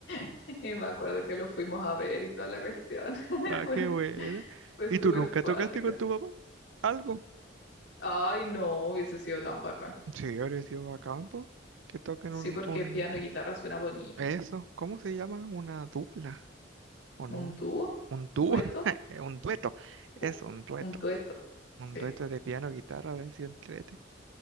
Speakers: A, on the left; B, on the right.
A: <laughs> Y me acuerdo que lo fuimos a ver y toda la cuestión. <laughs>
B: Ah,
A: Fue,
B: qué buena.
A: fue
B: ¿Y
A: súper
B: tú nunca
A: cuático.
B: tocaste con tu papá? ¿Algo?
A: Ay, no, hubiese sido tan bacán.
B: Sí, ahora sido a campo. Que toquen
A: Sí,
B: un,
A: porque
B: un...
A: piano y guitarra suena bonito.
B: Eso, ¿cómo se llama? Una dupla. ¿O no?
A: ¿Un dúo?
B: Un dúo,
A: ¿Dueto?
B: <laughs> un dueto,
A: U-
B: es un dueto,
A: Un dueto.
B: un
A: Sí,
B: dueto de piano, guitarra, habría sido entrete.